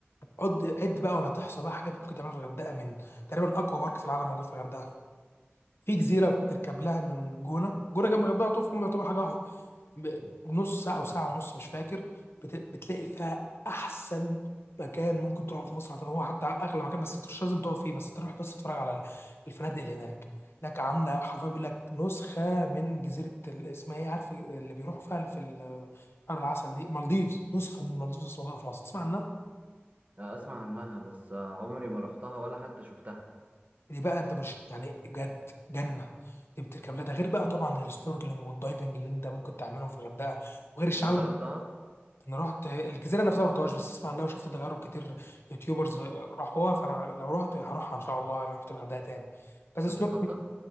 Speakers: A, on the left; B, on the right.
A: عد عد بقى ولا تحصى بقى حاجات ممكن تعملها في الغردقه من تقريبا اقوى بارك في العالم موجود في الغردقه في جزيره بتركب لها من جونه جونه جنب الغردقه على طول فهم يعتبر حاجه واحده ب- بنص ساعه او ساعه ونص مش فاكر بت... بتلاقي فيها احسن مكان ممكن تروحه في مصر عشان هو حتى اغلى مكان بس انت مش لازم تقف فيه بس تروح بس تتفرج على ال- الفنادق اللي هناك هناك عامله حرفيا بيقول لك نسخه من جزيره ال- اسمها ايه عارف اللي بيروحوا فيها في ال- شهر العسل دي مالديفز نسخه من مالديفز بس موجوده في مصر تسمع عنها
B: لا اسمع عنها بس عمري ما رحتها ولا حتى شفتها
A: دي بقى انت مش يعني جد جنه دي بتركب لها ده غير بقى طبعا السنوركلينج والدايفنج اللي انت ممكن تعملهم في الغردقه وغير الشعاب
B: هو انت
A: الم-
B: رحتها
A: انا رحت الجزيره نفسها ما رحتهاش بس اسمع عنها وشفت تجارب كتير يوتيوبرز راحوها فانا لو رحت هروحها ان شاء الله لو رحت الغردقه تاني بس سنوك
B: طب بتخطط